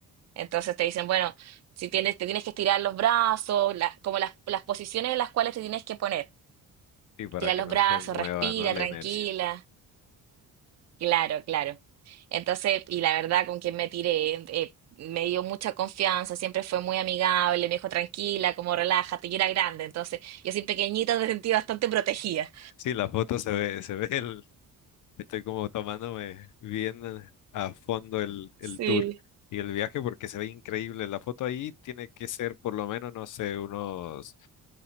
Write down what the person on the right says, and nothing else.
Entonces te dicen, bueno, si tienes, te tienes que estirar los brazos, la- como las, las posiciones en las cuales te tienes que poner.
Tira
los
brazos,
respira,
tranquila.
Claro, claro. Entonces, y la verdad, con quien me tiré, eh, me dio mucha confianza, siempre fue muy amigable, me dijo tranquila, como relájate, y era grande. Entonces, yo soy pequeñita, <laughs> me sentí bastante protegida.
Sí.